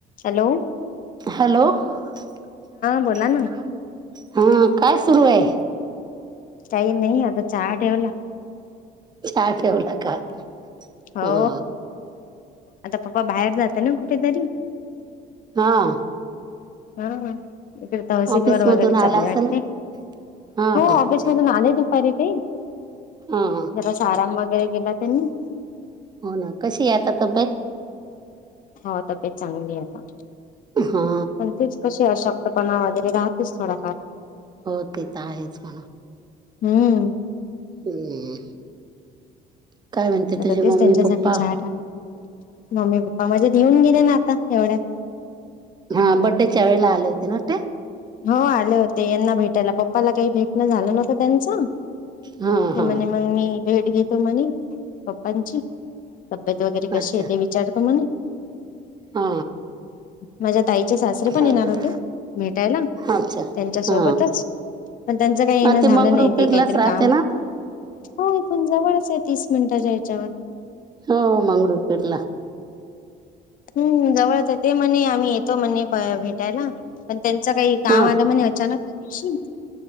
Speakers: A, on the left (about 55°); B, on the right (about 25°).
A: Hello
B: hello. हा.
A: बोला ना
B: बोलाना ताई. हो. काय सुरू आहे.
A: काही नाही. आता चहा ठेवला.
B: चहा ठेवला का?
A: हो.
B: हा
A: आता तू काय बाहेर जाते ना कुठेतरी?
B: हां.
A: हां. इकडे तहसीलवर
B: ऑफिस मधून
A: वगैरे
B: आला
A: चाललेय
B: असेल
A: वाटते?
B: ना हा
A: हो.
B: हा
A: ऑफीस- वरून आले दुपारी पण.
B: हां. हां.
A: जरासा आराम वगैरे केला त्यांनी.
B: हो ना. कशी आहे आता तब्येत?
A: हो. तब्येत चांगलीए आता.
B: हा
A: पण तेच- कशी अशक्तपणा वगैरे राहतेच थोडाफार.
B: हो ते त आहेच म्हणा.
A: हम्म.
B: हम्म. काय म्हणते
A: आता
B: तुझे
A: तेच
B: मम्मी
A: त्यांच्यासाठी
B: पप्पा?
A: चहा ठेव मम्मी पप्पा माझेे येऊन गेले ना आता एवढ्यात.
B: हा. बड्डेच्या वेळेला आले होते ना ते?
A: हो आले होते यांना भेटायला. पप्पाला काही भेटणं झालं नवतं त्यांचं.
B: हा
A: ते म्हणे
B: हा
A: मग मी भेट घेतो म्हणे पप्पांची. तब्येत वगैरे कशी
B: अच्छा
A: आहे? ते विचारतो म्हणे.
B: हा
A: माझ्या ताईचे सासरे
B: हा
A: पण येणार होते. <unintelligible> त्यांच्या
B: अच्छा
A: सोबतच.
B: हा
A: पण त्यांचं काही येणं
B: हा ते
A: झालं
B: मंगरुळपीरलाच
A: नाही. ते काहीतरी
B: राहते
A: काम-
B: ना
A: हो इथून जवळच आहे तीस मिनिटाच्या याच्यावर.
B: हो. मंगळूरपीरला.
A: हम्. जवळचए. ते म्हणे आम्ही येतो म्हणे भेटायला. पण त्यांचं काही काम
B: हा
A: आलं म्हणे अचानक त्या दिवशी.